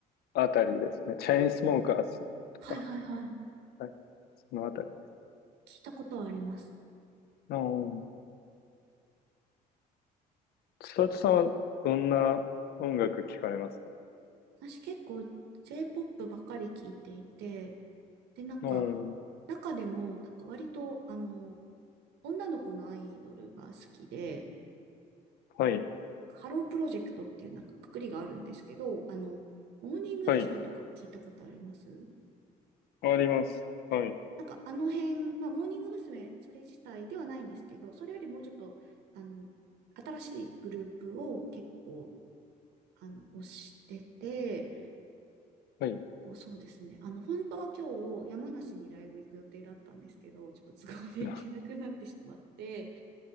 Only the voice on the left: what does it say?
あたりですね。チェインスモーカーズとか、
はい、そのあたり。
うん。千里さんはどんな音楽聞かれますか
うん。
はい。
はい。
あります。はい。
はい。
な、